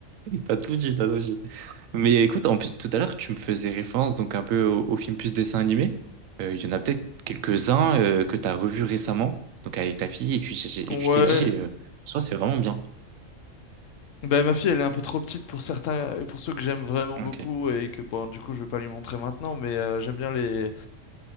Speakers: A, on the right; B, on the left.
A: T'as tout dit, t'as tout dit. Mais écoute, en plus, tout à l'heure, tu me faisais référence donc un peu au, au film plus dessin animé. Euh, Il y en a peut-être quelques-uns euh, que t'as revus récemment, donc avec ta fille, et tu et
B: Ouais,
A: tu t'es dit, euh, soit c'est vraiment bien.
B: Ben, ma fille, elle est un peu trop petite pour certains, euh, pour ceux que j'aime vraiment
A: Ok.
B: beaucoup et que bon, du coup, je vais pas lui montrer maintenant, mais euh, j'aime bien les